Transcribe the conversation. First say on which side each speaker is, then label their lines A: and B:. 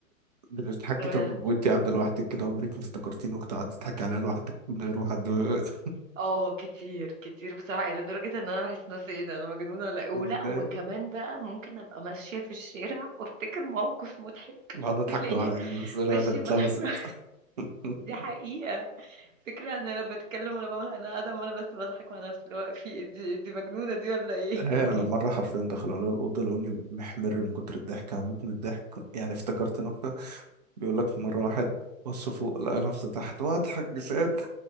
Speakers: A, on the right; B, on the right.
A: بتضحكي
B: اه
A: طب وانت قاعدة لوحدك كده عمرك ما افتكرتيني وقت قعدت تضحكي عليها لوحدك من غير ما حد <laughs>
B: آه، كتير كتير بصراحة إلى درجة إن أنا بحس نفسي إيه ده أنا مجنونة ولا إيه ولا
A: متضايق
B: وكمان بقى ممكن أبقى ماشية في الشارع وأفتكر موقف مضحك
A: قاعدة اضحك
B: وتلاقيني
A: لوحدك الناس دول ولا
B: ماشية
A: اتلبست
B: بضحك <laughs>
A: <laughs>
B: دي حقيقة فكرة إن أنا لا بتكلم ولا بعمل أنا قاعدة عمالة بس بضحك مع نفسي اللي هو في إيه دي دي مجنونة دي ولا إيه
A: هي لما مرة
B: <laughs>
A: حرفيا دخلوا على الأوضة لقوني محمر من كتر الضحك هموت من الضحك يعني افتكرت نكتة بيقول لك مرة واحد بص فوق لقى نفسه تحت وأضحك جساد